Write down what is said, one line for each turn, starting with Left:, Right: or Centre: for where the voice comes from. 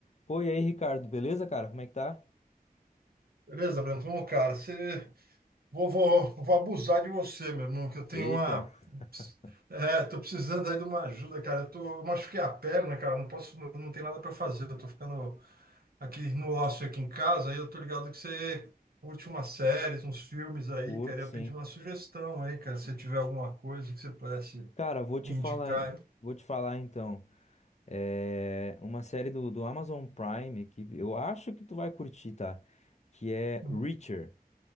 Left: Pô, e aí, Ricardo, beleza, cara? Como é que tá?
Right: Beleza, Brandon? Bom, cara, você... vou, vou, vou abusar de você, meu irmão, que eu tenho
Left: Eita,
Right: uma.
Left: <laughs>
Right: É, tô precisando aí de uma ajuda, cara. Eu, tô... eu machuquei a perna, cara. Não posso, não, não tem nada para fazer. Eu tô ficando aqui no ócio aqui em casa, aí eu tô ligado que você curte umas séries, uns filmes aí,
Left: curto,
Right: cara.
Left: sim.
Right: Eu ia pedir uma sugestão aí, cara. Se tiver alguma coisa que você pudesse
Left: Cara, vou te
Right: me indicar
Left: falar,
Right: aí.
Left: vou te falar então. É uma série do, do Amazon Prime que eu acho que tu vai curtir, tá? Que é
Right: Uhum.
Left: Reacher,